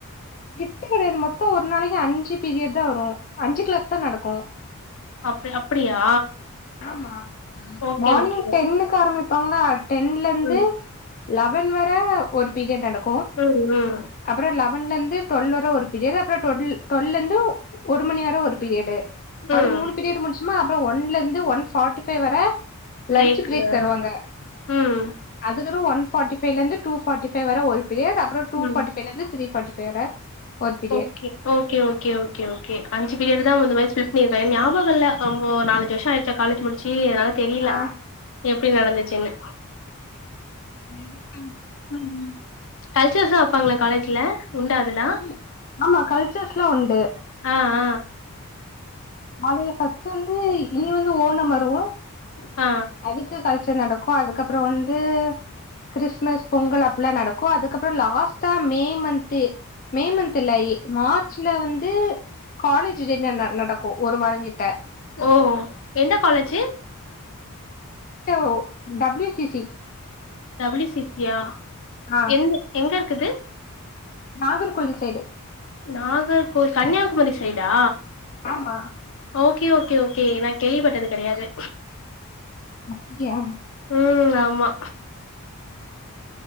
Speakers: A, on the left; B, on the left.
A: எட்டு கெடையாது மொத்தம் ஒரு நாளைக்கு அஞ்சு பீரியட் தான் வரு அஞ்சு கிளாஸ் தான் நடக்கும்
B: அப்டி அப்டியா
A: ஆமா
B: ஓகே
A: மார்னிங்
B: ஓகே
A: டென்க்கு ஆரம்பிப்பாங்கள டென்ல இருந்து
B: ம்
A: லெவன் வர ஒரு பீரியட் நடக்கு
B: ம் ம்
A: அப்புறோ லெவன்ல இருந்து டுவெல் வர ஒரு பீரியட் அப்புறோ டுவெல் டுவெல்ல இருந்து ஒரு மணி வரையு ஒரு பீரியடு
B: ம்
A: அது மூணு பிரியட் முஞ்சிசுனா அப்றொ ஒன்ல இருந்து ஒன் ஃபாட்டி ஃபைவ் வர லன்ச்சு
B: பிரேக்கு
A: பிரேக் தருவாங்க
B: ஆ ம்
A: அதுக்குதா ஒன் ஃபாட்டி ஃபைலேருந்து டூ ஃபாட்டி ஃபைவ் வர ஒரு பிரியர்ட் அப்றொ டூ
B: ம்
A: பாஃட்டி ஃபைலேந்து த்ரீ ஃபாட்டி ஃபைவ் வர ஒரு period
B: okay okay okay okay okay அஞ்சு பீரியட் தா முன்ன மாறி ஸ்ப்லிட் பண்ணிட்டாங்க ஞாபகோ இல்ல ஆமா நாலு அஞ்சு வருஷோ ஆயிச்சா காலேஜ் மு சி அனால தெரியல
A: ஆ
B: எப்டி நடந்துச்சுன்னு
A: ம்
B: ம் கல்ச்சர்ஸுலா வப்பாங்ளா காலேஜ்ல உண்டா அதுல்லா
A: ஆமா ஆமா கல்ச்சுரல்ஸ்ல்லா உண்டு
B: அ அ
A: மழய ஃபஸ்ட்டு வந்து இனி வந்து ஓனம் வரு
B: ஆ
A: அதுக்கு கல்ச்சர் நடக்கு அதுக்கப்றொ வந்து கிறிஸ்மஸ் பொங்கல் அப்டிலா நடக்கு அதுக்கப்றொ லாஸ்ட்டா மே மன்து மே மன்து இல்ல மார்ச்ல வந்து காலேஜ் டேட்ல ந நடக்கு ஒரு வாரங்கிட்ட
B: ஓ எந்த college
A: so W C C
B: W C C yeah
A: ஆ
B: எந் எங்கருக்குது
A: நாகர்கோயில் சைடு
B: நாகர்கோவில் கன்னியாகுமரி சைடா
A: ஆமா
B: ஓகே ஓகே ஓகே நா கேள்விப்பட்டது கெடயாது
A: அப்டியா
B: ம் ஆமா